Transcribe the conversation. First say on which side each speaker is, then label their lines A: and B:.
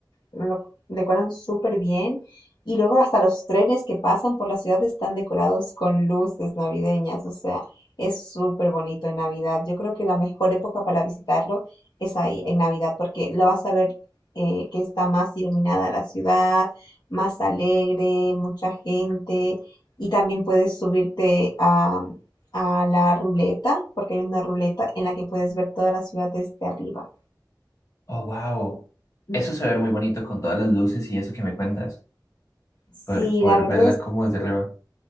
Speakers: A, on the left; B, on the left.
A: lo decoran súper bien. Y luego hasta los trenes que pasan por la ciudad están decorados con luces navideñas. O sea, es súper bonito en Navidad. Yo creo que la mejor época para visitarlo es ahí, en Navidad, porque lo vas a ver eh, que está más iluminada la ciudad, más alegre, mucha gente. Y también puedes subirte a, a la ruleta, porque hay una ruleta en la que puedes ver toda la ciudad desde arriba.
B: wow.
A: Ujú.
B: Eso se ve muy bonito con todas las luces y eso que me cuentas.
A: Sí,
B: Poder, poder
A: la verdad
B: verla como desde arriba.